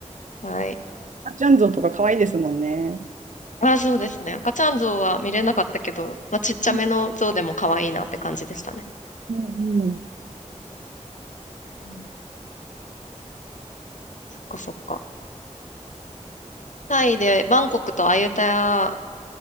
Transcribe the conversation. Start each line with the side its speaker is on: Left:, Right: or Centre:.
Left: はい。
Right: あちゃんゾウとか可愛いですもんね。
Left: あ、そうですね。赤ちゃん象は見れなかったけど、まあ、ちっちゃめの象でも可愛いなって感じでしたね。
Right: うんうん、
Left: うんそっかそっか。タイでバンコクとアユタヤ